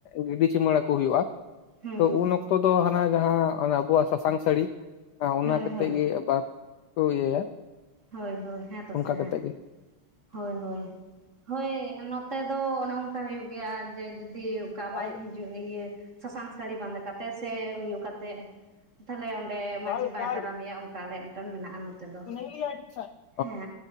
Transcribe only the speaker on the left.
ᱜᱤᱰᱤ ᱪᱤᱢᱟᱹᱲᱟᱠᱚ ᱦᱩᱭᱩᱜ-ᱟ᱾
ᱛᱚ
ᱩᱱ ᱚᱠ ᱛᱚ ᱫᱚ ᱦᱟᱱᱟ ᱡᱟᱦᱟᱸ ᱟᱵᱚᱣᱟᱜ ᱥᱟᱥᱟᱝ ᱥᱟᱹᱲᱤ ᱚᱱᱟ
ᱠᱟᱛᱮᱜ
ᱜᱮ ᱟᱵᱟᱨ, ᱡᱩ ᱤᱭᱟᱹᱭᱟ᱾
ᱚᱱᱠᱟ
ᱠᱟᱛᱮᱜ ᱜᱮ
ᱠᱟᱞ
ᱠᱟᱞ
ᱠᱟᱞ
<unintelligible>